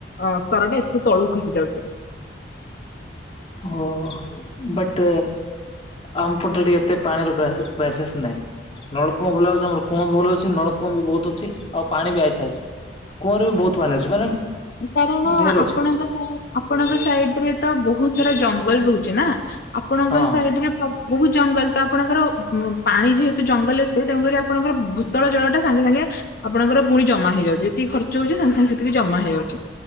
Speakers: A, on the left; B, on the left.
A: ଅଁ ସ୍ତର ଟା ଏତେ ତଳୁକୁ ଖସି ଯାଉଚି।
B: ଓହୋ ବଟ୍ ଆମ ପଟେ ଟିକେ ଏତେ ପାଣିର ପ୍ରାଏସ୍ ପ୍ରାଏସେସ୍ ନାଇଁ। ନଳକୂଅ ଭଲ ଅଛି ଆମର କୂଅ ବି ଭଲ ଅଛି ନଳକୂଅ ବି ବୋହୁତ ଅଛି ଆଉ ପାଣି ବି ଆଇଥାଉଛି। କୂଅରେ ବି ବୋହୁତ ପାଣି ମାନେ ଅଛି ମାନେ
A: କାରଣ
B: ଢେର
A: ଆପଣଙ୍କ
B: ଅଛି
A: ସାଇ ଆପଣଙ୍କ ସାଇଡ୍ ରେ ତ ବୋହୁତ ସାରା ଜଙ୍ଗଲ ରୋହୁଚିନା। ଆପଣଙ୍କର
B: ହଁ
A: ସାଇଡରେ ପ୍ର ବୋହୁତ ଜଙ୍ଗଲ ତ ଆପଣଙ୍କର ପାଣି ଯେହେତୁ ଜଙ୍ଗଲରେ ଏତେ ତେଣୁକରି ଆପଣଙ୍କର ଭୂତଳ ଜଳ ଟା ସାଙ୍ଗେ ସାଙ୍ଗେ ଆପଣଙ୍କର ପୁଣି ଜମା ହେଇଯାଉଚି ଯେତିକି ଖର୍ଚ ହୋଉଛି ସାଙ୍ଗେ ସାଙ୍ଗେ ସେତିକି ଜମା ହେଇଯାଉ ଚି